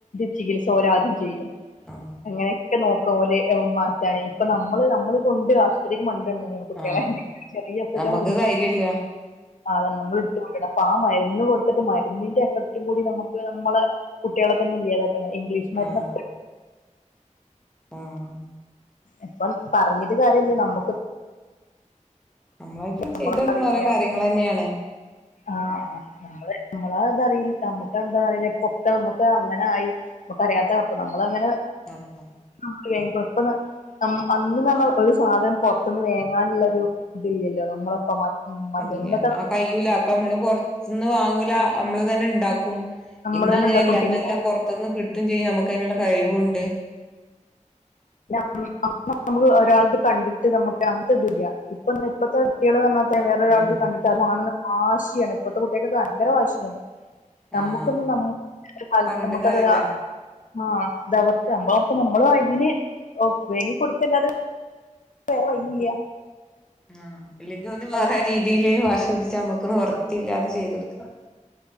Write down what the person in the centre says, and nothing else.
ആഹ്
ആഹ്
നമ്മക്ക്
ധൈര്യല്ല
ആഹ് ആഹ്
നമ്മളൊക്കയും
ചെയ്തു വെക്കണ
ഓരോ കാര്യങ്ങളെന്നെയാണ്
ആഹ്
ഇല്ല
ആഹ് കയ്യൂല അപ്പൊ നമ്മള് പൊറത്ത്ന്ന് വാങ്ങൂല നമ്മള് തന്നെ ഇണ്ടാക്കും
ഇന്നങ്ങനെയല്ല
ഇന്നെല്ലാം
പൊറത്തുന്ന് കിട്ടും ചെയ്യും നമുക്ക് അയിനുള്ള കഴിവുംണ്ട്
ഉം
ആഹ്
പറഞ്ഞിട്ട്
കാര്യല്ല
ആ ഇല്ലെങ്കിൽ ഓല് വേറെ രീതില് വാശി ശിടിച്ച നമ്മുക്ക് നിർത്തില്ല അത് ചെയ്ത് കൊടുക്ക